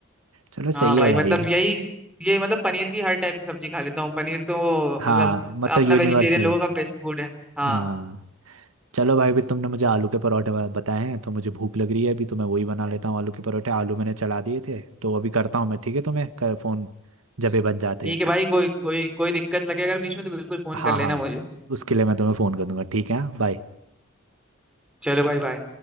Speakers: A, on the right; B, in the centre.
A: चलो सही
B: हाँ भाई
A: है भाई
B: मतलब यही ये मतलब पनीर की हर टाइप की सब्जी खा लेता हूँ पनीर तो
A: हाँ
B: मतलब
A: मतलब
B: अपना
A: यूनिवर्सल
B: वेजिटेरियन लोगों का बेस्ट फूड है हाँ
A: हाँ चलो भाई फिर तुमने मुझे आलू के परोठे बा- बताए हैं तो मुझे भूख लग रही है अभी तो मैं वही बना लेता हूँ आलू के परोठे आलू मैंने चढ़ा दिए थे तो अभी करता हूँ मैं ठीक है तुम्हें कर, फोन जब ये बन जाते
B: ठीक
A: हैं
B: है भाई कोई कोई कोई दिक्कत लगे अगर बीच में तो बिल्कुल फोन
A: हाँ
B: कर लेना
A: हाँ
B: मुझे
A: उसके लिए मैं तुम्हें फोन कर दूंगा ठीक है हाँ, बाय
B: चलो भाई बाय